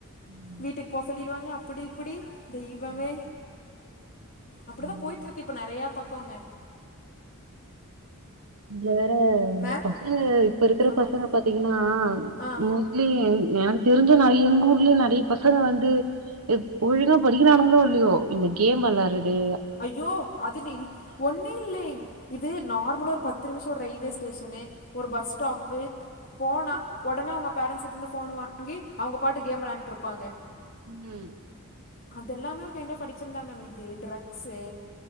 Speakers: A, on the right; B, on the left.
A: ம்
B: வீட்டுக்கு போ சொல்லிருவாங்க அப்படி இப்படி தெய்வமே
A: ம்
B: அப்டிதா
A: ஆமா
B: போயிட் இருக்கு இப்ப நெறையா பக்கோங்க
A: இதுல வேற
B: மேம்
A: ப பசங்க இப்ப இருக்கற
B: ஆமாங்க
A: பசங்க பாத்தீங்கன்னா
B: ஆ
A: மு சுலி எங் எனக்கு தெரிஞ்ச நெறைய எங்க ஊர்ல நெறைய பசங்க வந்து இப் ஒழுங்கா படிக்கிறானுங்களோ இல்லையோ இந்த கேம் வெளாட்றது
B: ஐயோ அது நின் ஒன்னு இல்லேங் இது நார்மலா ஒரு பத்து நிமிஷோ ஒரு ரயில்வே ஸ்டேஷனு ஒரு பஸ் ஸ்டாப்பு போனா உடனே அவங்க பேரண்ட்ஸ் கிட்ட இருந்து போன் வாங்கி அவங்க பாட்டு கேம் வெளாண்ட்ருப்பாங்க
A: ம்
B: அதெல்லாமே ஒரு கைண்ட் ஆப் அடிக்சன் தான மேம் இது ட்ரக்ஸு